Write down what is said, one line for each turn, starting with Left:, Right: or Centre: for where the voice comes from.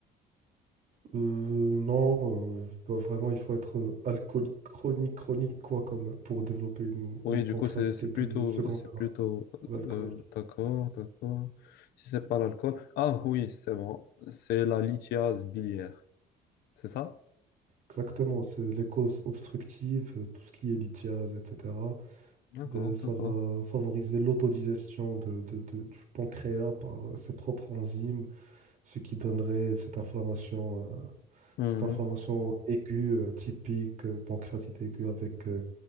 Right: Euh, non, euh, bah, vraiment, il faut être euh, alcoolique chronique, chronique, quoi, comme pour développer une,
Left: Oui,
Right: une
Left: du
Right: pancréatite
Left: coup, c'est c'est
Right: aiguë
Left: plutôt,
Right: secondaire
Left: c'est plutôt,
Right: à l'alcool.
Left: euh, d'accord, d'accord. Si c'est pas l'alcool. Ah oui, c'est bon. C'est la lithiase biliaire, c'est ça?
Right: Exactement, c'est les causes obstructives, euh, tout ce qui est lithiase, etc.
Left: D'accord,
Right: ben, ça
Left: d'accord.
Right: va favoriser l'autodigestion de, de- de- du pancréas par euh, ses propres enzymes. ce qui donnerait cette inflammation, euh,
Left: Mhm.
Right: cette inflammation aiguë, euh, typique, euh, pancréatite aiguë avec euh,